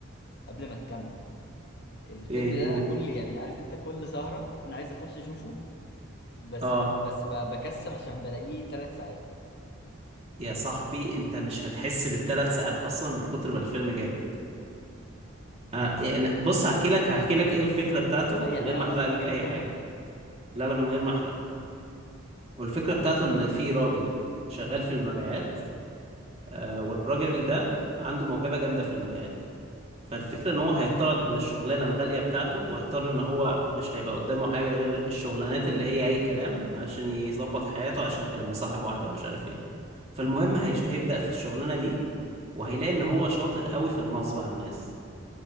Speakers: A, on the left; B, on the right.
A: قبل ما تكمل الفيلم
B: ايه
A: ده
B: قول
A: انا كل يعني عارف انت كل سهره بكون عايز اخش اشوفه بس
B: اه
A: بس ب- بكسل عشان بلاقيه ثلاث ساعات
B: يا صاحبي انت مش هتحس بالثلاث ساعات اصلا من كتر ما الفيلم جامد آه يعني بص هحكي لك هحكي لك ايه الفكره بتاعته
A: اه
B: من
A: يعني
B: غير
A: اه
B: ما احرق
A: بس من
B: لك
A: غير
B: اي
A: ما تحرق
B: حاجه لا لا من غير ما احرق والفكره
A: مم.
B: بتاعته ان في راجل شغال في المبيعات آه والراجل ده عنده موهبه جامده في المبيعات فالفكرة
A: مم.
B: ان هو هيطرد من الشغلانة الغالية بتاعته وهيضطر ان هو مش هيبقى قدامه حاجة غير الشغلانات اللي هي اي كلام علشان يظبط حياته عشان كان مصاحب واحدة ومش عارف ايه فالمهم هيش- هيبدأ في الشغلانة دي وهيلاقي ان هو شاطر قوي في النصب على الناس